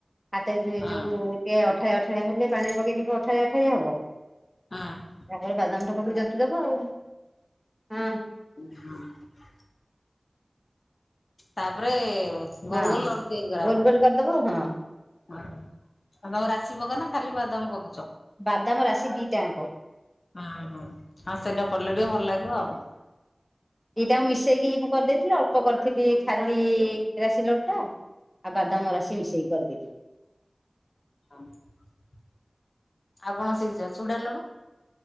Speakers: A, in the centre; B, on the left (about 70°).
A: ହାତରେ
B: ହଁ
A: ଯୋଉ ଏ ଯୋଉ ଟିକେ ଅଠାଳିଆ ଅଠାଳିଆ ହେଲେ ପାଣିରେ ପକେଇଦେଇକି ଅଠାଳିଆ ଅଠାଳିଆ ହବ।
B: ହଁ
A: ତାପରେ ବାଦାମ ଟା ପକେଇକି ଛନ୍ତି ଦବ ଆଉ ହଁ।
B: ହୁ ହୁଁ <inaudible> ତାପରେ ଗୋଲଗୋଲ
A: ହଁ
B: ଲଡୁ ତିଆରି କରାହବ।
A: ଗୋଲ ଗୋଲ କରିଦବ ହଁ
B: ହଉ ତମ ରାଶି ପକାଅ ନା ଖାଲି ବାଦାମ ପକାଅ।
A: ବାଦାମ ରାଶି ଦି ଟା ଯାଙ୍କ।
B: ହଁ ହଁ ହଉ ସେଇଟା କଲେ ଟିକେ ଭଲ ଲାଗିବ ଆଉ।
A: ଏଇଟା ମିଶେଇକି ମୁଁ କରିଦେଇଥିଲି ଅଳ୍ପ କରିଥିଲି ଖାଲି ରାଶି ଲଡୁ ଟା। ଆଉ ବାଦାମ ରାସିି ମିଶେଇକି କରିଦେଇଥିଲି।
B: ଆଉ କଣ ଶିଖିଛ? ଚୁଡା ଲଡୁ